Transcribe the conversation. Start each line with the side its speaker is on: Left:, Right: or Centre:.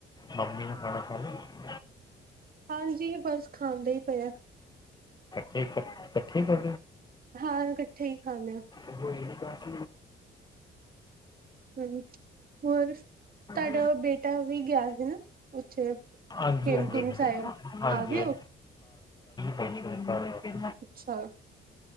Left: ਮਮੀ ਨੇ ਖਾਣਾ ਖਾ ਲਿਆ।
Right: ਹਾਂਜੀ, ਬਸ ਖਾਂਦੇ ਈ ਪਏ ਆ।
Left: ਠੀਕ ਹੈ ਇਕੱਠੀ ਹੋ
Right: ਹਾਂ ਇਕੱਠੇ ਹੀ ਖਾਂਦੇ ਆ
Left: ਉਹ ਇਹ ਪਾਸ
Right: ਹਮ ਹੋਰ ਤੁਹਾਡਾ
Left: ਤੇ
Right: ਬੇਟਾ ਵੀ ਗਿਆ ਹਨਾ ਉੱਥੇ
Left: ਹਾਂਜੀ
Right: ਹੇਮਕੁੰਟ
Left: ਹਾਂਜੀ
Right: ਸਾਹਿਬ
Left: ਹਾਂਜੀ
Right: ਆ ਗਏ ਹੋ
Left: ਹਾਂਜੀ
Right: ਅੱਛਾ